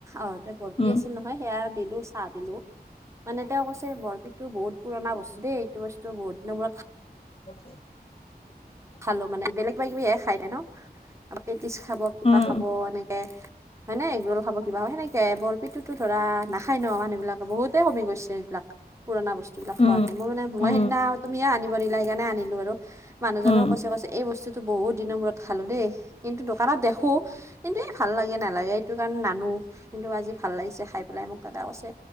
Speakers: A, on the right; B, on the left.
A: আৰুতে বৰপি
B: উম
A: আছিল নহয় সেয়া দিলো চি হা দিলো মানে তেওঁ কৈছে বৰপিটো বহুত পুৰণা বস্তু দেই এইটো বস্তু বহুত দিনৰ মূৰত খা
B: <inaudible>
A: খালো মানে বেলেগ কিবা কিবি খাই ন পেটিছ খাব কিবা
B: উম
A: খাব এনেকে হয়নে এগ ৰোল খাব, কিবা সেনেকে বৰফিটোতো ধৰা নাখাই ন মানুহ বিলাকে বহুতেই কমি গৈছে এইবিলাক। পুৰনা বস্তুিলাক
B: উম
A: খোৱাটো মই মানে মই
B: উম
A: সেইদিনা তুমিয়ে আনিব দিলা সেইকাৰণে আনিলো আৰু মানুহজনক
B: উম
A: এই বস্তুটো বহুত দিনৰ মূৰত খালোঁ দেই কিন্তু দোকানত দেখোঁ কিন্তু এই ভাল লাগে নালাগে এইটো কাৰণে নানো কিন্তু, আজি ভাল লাগিছে খাই পেলাই মোক কৈছে।